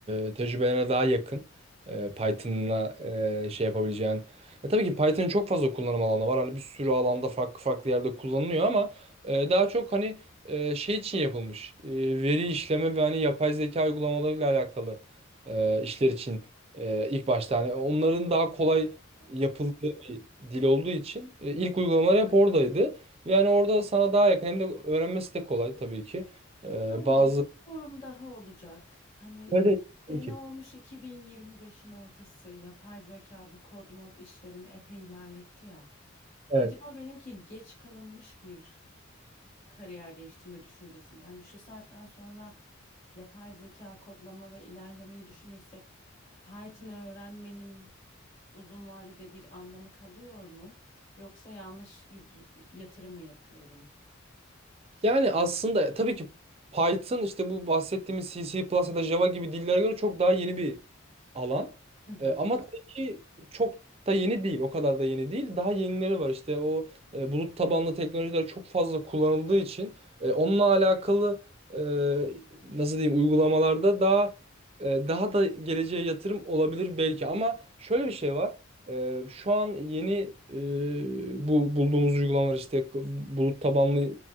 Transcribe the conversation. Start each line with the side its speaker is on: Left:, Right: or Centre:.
Right: e, tecrübelerine daha yakın e, Python'la e, şey yapabileceğin. E, tabii ki Python'ın çok fazla kullanım alanı var. Hani bir sürü alanda farklı farklı yerde kullanılıyor ama e, daha çok hani e, şey için yapılmış. E, veri işleme ve hani yapay zeka uygulamalarıyla alakalı e, işler için ee, ilk başta hani onların daha kolay
Left: anladım.
Right: yapıldığı bir dil olduğu için e, ilk uygulamalar hep oradaydı. Ve hani orada sana daha yakın hem de öğrenmesi de kolay tabii ki. Ee,
Left: Ama
Right: bazı
Left: sorum daha olacak. Hani
Right: Evet, evet,
Left: sene
Right: tabii ki.
Left: olmuş 2025'in ortası. Yapay zeka bu kod mod işlerini epey ilerletti ya.
Right: Evet.
Left: Acaba benimki geç kalınmış bir kariyer değiştirme düşüncesi mi? Yani şu saatten sonra yapay zeka kodlama ve ilerlemeyi düşünürsek Python öğrenmenin uzun vadede bir anlamı kalıyor mu? Yoksa yanlış bir yatırım mı yapıyorum?
Right: Yani aslında tabii ki Python işte bu bahsettiğimiz C++ C plus ya da Java gibi dillere göre çok daha yeni bir alan.
Left: Hı hı.
Right: E, ama tabii ki çok da yeni değil. O kadar da yeni değil. Daha yenileri var işte o e, bulut tabanlı teknolojiler çok fazla kullanıldığı için e, onunla alakalı e, nasıl diyeyim uygulamalarda daha e, daha da geleceğe yatırım olabilir belki ama şöyle bir şey var. Ee, şu an yeni e, bu bulduğumuz uygulamalar işte bulut tabanlı